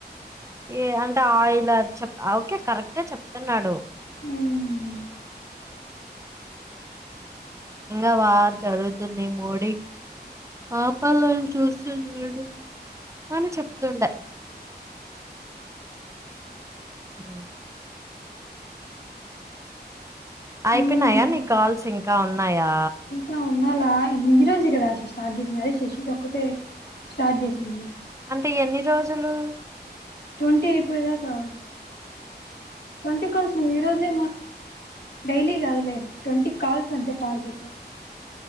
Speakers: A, on the right; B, on the left.
A: ఏ అంటే ఆయిల్ చెప్ ఓకే కరెక్టే చెప్తున్నాడు
B: హ్మ్
A: ఇంకా వారు చదుగుతుంది మోడీ ఆపాలను చూస్తున్నాడు అని చెప్తుండ ఉ అయిపోనాయా
B: ఏం మరి
A: నీ కాల్స్ ఇంకా ఉన్నాయా
B: ఇ ఉన్నాలా ఇజ రోజు కదా స్టార్ట్ చేసింది అదే శశితో ఒక్కటే స్టార్ట్ చేసింది
A: అంటే ఎన్ని రోజులు
B: ట్వంటీ అయిపోయిదాకా ట్వంటీ కాల్స్ నవ ఈ రోజే డైలీగా కాదులీ ట్వంటీ కాల్స్ అంత టార్గెట్డ్